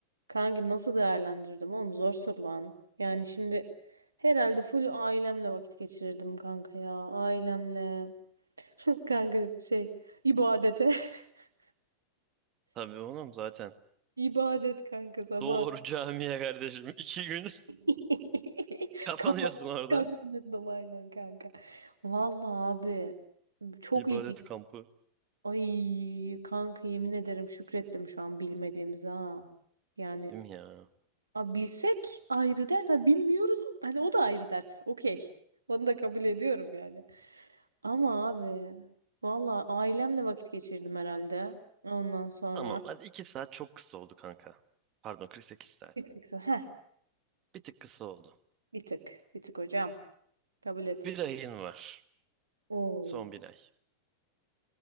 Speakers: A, on the right; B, on the right.
A: Kanki nasıl değerlendirdim oğlum zor soru lan. Yani şimdi herhalde full ailemle vakit geçirirdim kanka ya. Ailemle. <laughs> Kanka şey ibadete. <laughs>
B: Tabii oğlum zaten.
A: İbadet kanka sabah
B: Doğru <laughs> camiye kardeşim. İki gün
A: <laughs>
B: <laughs> kapanıyorsun
A: Kafam
B: orada.
A: çarpandırdım aynen kanka. Vallahi abi çok
B: İbadet
A: ilginç.
B: kampı.
A: Ay kanka yemin ederim şükrettim şu an bilmediğimize ha. Yani
B: Değil mi ya?
A: a, bilsek ayrı dert. ha, bilmiyoruz hani o da ayrı dert. Okey. Onu da kabul ediyorum yani. Ama abi vallahi ailemle vakit geçirdim herhalde. Ondan sonra
B: Tamam hadi 2 saat çok kısa oldu kanka. Pardon 48 saat.
A: bir tık. Heh,
B: Bir tık kısa oldu.
A: bir tık. Bir tık hocam. Kabul et.
B: Bir ayın var.
A: Oo.
B: Son bir ay.